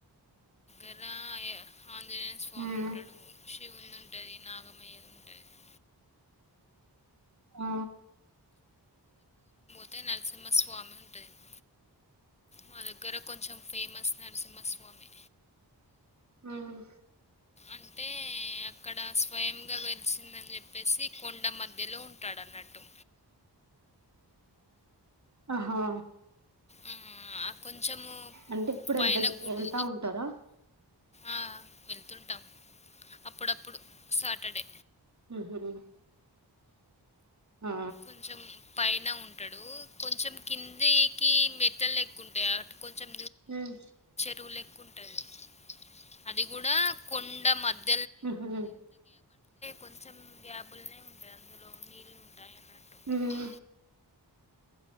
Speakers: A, on the left (about 15°); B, on the right (about 40°).
A: దగ్గర ఏ- ఆంజనేయ స్వామి
B: హ్మ్
A: ఉంటాడు శివుని ఉంటుంది నాగమయ్యది ఉంటుంది అటు
B: ఆ
A: అంటే నరసింహస్వామి ఉంటుంది మా దగ్గర కొంచెం ఫేమస్ నరసింహస్వామి
B: హ్మ్
A: అంటే అక్కడ స్వయంగా వెలిసిందని చెప్పేసి కొండ మధ్యలో ఉంటాడు అన్నట్టు
B: ఆహా
A: ఆ, ఆ కొంచెము
B: అంటే ఎప్పుడు
A: పైన
B: వెల్ దగ్
A: గుడి
B: వెళ్తా ఉంటారా
A: ఆ, వెళ్తుంటాం అప్పుడప్పుడు సాటర్డే
B: హ్మ్ <unintelligible> ఆ
A: కొంచెం పైన ఉంటాడు కొంచెం కిందికి మెట్టేల్ ఎక్కుంటాయి అట్ కొంచెం
B: హ్మ్
A: డు లెక్కుంటాది అది కూడా కొండ మధ్య
B: ఊహూ
A: కొంచెం గ్యాబుల్నే ఉంటది అందులో నీళ్ళు ఉంటాయి అన్నట్టు ఎప్పటికీ
B: హ్మ్